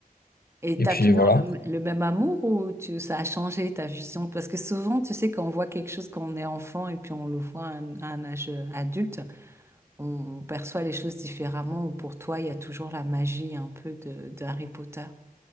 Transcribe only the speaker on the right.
Et
t'as
toujours
le, le même amour ou tu, ça a changé ta vision? Parce que souvent, tu sais, quand on voit quelque chose quand on est enfant et puis on le voit à un, à un âge euh, adulte, on, on perçoit les choses différemment ou pour toi, il y a toujours la magie un peu de, de Harry Potter.